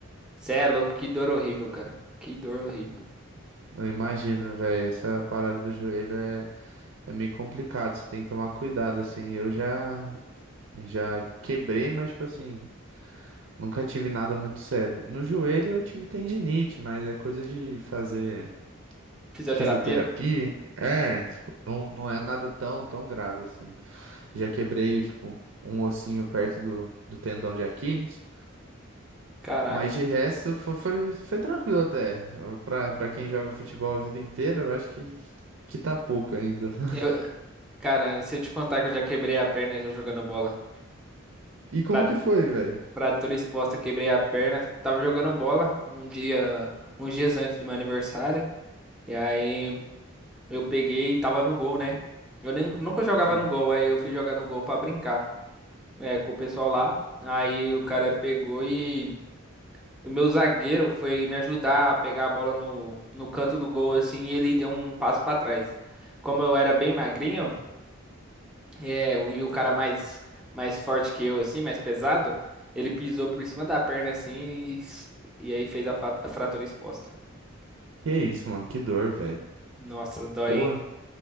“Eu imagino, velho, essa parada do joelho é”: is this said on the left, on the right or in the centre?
Right